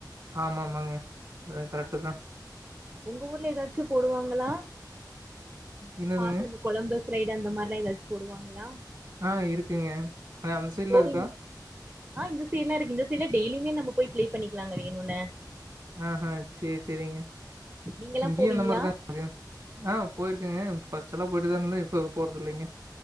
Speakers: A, on the right (about 50°); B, on the right (about 30°).
A: ஆமாமாங்க அதுவு கரெக்ட்டு
B: ஆ
A: தா
B: உங்க ஊர்ல ஏதாச்சு போடுவாங்களா
A: என்னதுங்க
B: பாட்ல இருந் கொழம்பஸ் ரைடு அந்த மாரி எல்லா ஏதாச்சு போடுவாங்களா
A: ஆ இருக்குங்க ஆ அந்த சைட்ல
B: போவீங்
A: இருக்கா
B: ஆ இந்த சைடு எல்லா இருக்கு இந்த சைட் டெய்லியுமே நம்ம போய் பிளே பண்ணிக்கலாங்க வேணுன்னே
A: ஆ சேரி சேரிங்க
B: நீங்கல்லா
A: இங்கயு
B: போவீங்களா
A: அந்த மாரி தாங்க இருக்கு ஆ போயிருக்கங்க ஃபஸ்ட் எல்லா போயிட்டுதா இருந்தே இப்ப போறது இல்லிங்க